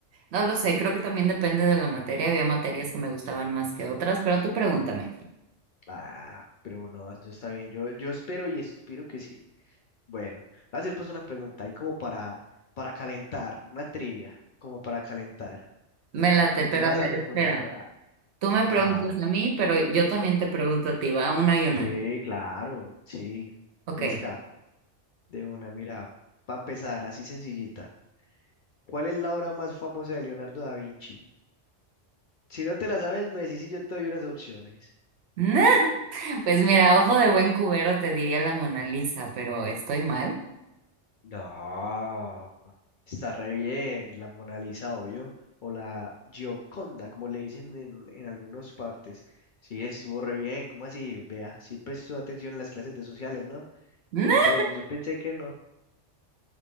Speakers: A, on the right; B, on the left.
A: no lo sé, creo que también depende de la materia, había materias que me gustaban más que otras, pero tú pregúntame,
B: Ah, pero no, eso está bien. Yo, yo espero y espero que sí. Bueno, voy a hacer pues una pregunta ahí como para, para calentar, una trivia, como para calentar.
A: me late,
B: Y
A: pero
B: tú me vas
A: a ver,
B: a responder,
A: espera,
B: a-
A: tú me
B: ajá,
A: preguntas a mí, pero yo también te pregunto a ti, va, una y una,
B: sí, claro, sí,
A: ok.
B: fresca, de una, mira, para empezar, así sencillita. ¿Cuál es la obra más famosa de Leonardo da Vinci? Si no te la sabes, me decís y yo te doy unas opciones.
A: <laughs> Nah, Pues mira, ojo de buen cubero te diría la Mona Lisa, pero estoy mal. <laughs>
B: No, está re bien, la Mona Lisa, obvio, o la Gioconda, como le dicen en, en algunas partes. Sí, estuvo re bien, ¿cómo así? Vea, sí prestó atención en las clases de sociales, ¿no?
A: Nah,
B: Yo, pre- yo pensé que no.